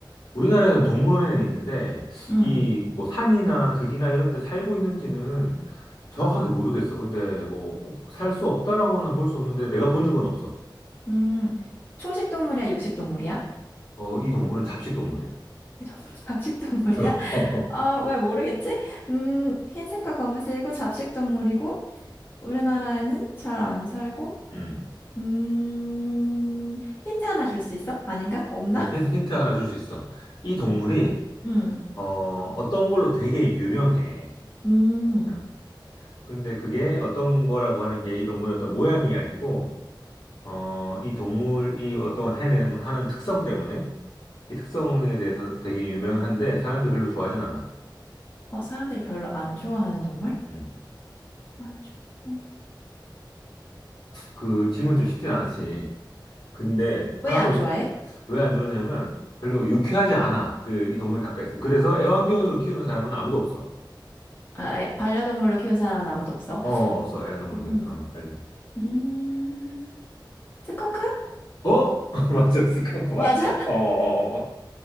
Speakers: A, on the left; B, on the left.
A: 우리나라에는 동물원에는 있는데,
B: 음,
A: 이 뭐 산이나 들이나 이런 데 살고 있는지는 정확하게 모르겠어. 근데 뭐 꼭 살 수 없다라고는 볼 수 없는데, 내가 본 적은 없어.
B: 음, 초식 동물이야, 육식 동물이야?
A: 어, 이 동물은 잡식 동물이야.
B: 이 동물은 <laughs> 잡식 동물이야?
A: <laughs>
B: 아, 왜 모르겠지? 음, 흰색과 검은색이고, 잡식 동물이고, 우리나라에는 잘 안 살고,
A: 음.
B: 음, 힌트 하나 줄 수 있어? 아닌가? 없나?
A: 어,
B: <laughs>
A: 힌트, 힌트 하나 줄 수 있어. 이 동물이,
B: 음,
A: 어, 어떤 걸로 되게 유명해.
B: 음,
A: 어. 근데 그게 어떤 거라고 하는 게 이 동물의 어떤 모양이 아니고, 어, 이 동물이 어떤 해내, 하는 특성 때문에 이 특성에 대해서 되게 유명한데 사람들이 별로 좋아하진 않아.
B: 어, 사람들이 별로 안 좋아하는 동물?
A: 음.
B: 안 좋아하는 동물.
A: 그 질문 좀 쉽진 않았지. 근데
B: 왜
A: 하나
B: 안
A: 더
B: 좋아해?
A: 왜 안 좋으냐면 별로 유쾌하지 않아. 그 이 동물 가까이 있으면. 그래서 애완견으로 키우는 사람은 아무도 없어.
B: 아, 아예 반려동물로 키운 사람은 아무도 없어.
A: 어, 없어. 애완동물
B: 음,
A: 키우는 사람. 어, 관련.
B: 음. 스컹크?
A: 어? <laughs> 맞아. 스컹크 맞아.
B: 맞아?
A: 어, 어, 어.